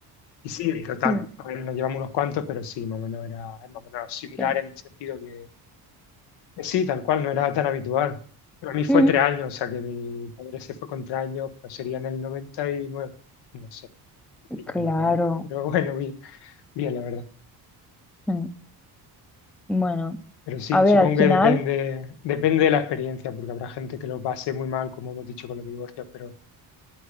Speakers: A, on the left; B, in the centre.
A: Y sí, en total,
B: Mm,
A: a ver, nos llevamos unos cuantos, pero sí, más o menos era, es más o menos similar
B: sí.
A: en el sentido que. Sí, tal cual, no era tan habitual. Pero a mí fue
B: Mm,
A: tres años, o sea que mi padre se fue con tres años, pues sería en el noventa y nueve no sé, diría
B: Claro.
A: mi madre, ¿no? Pero bueno, bien, bien, la verdad.
B: Mm, Bueno,
A: Pero sí,
B: a ver,
A: supongo
B: al final...
A: que depende, depende de la experiencia, porque habrá gente que lo pase muy mal, como hemos dicho con los divorcios, pero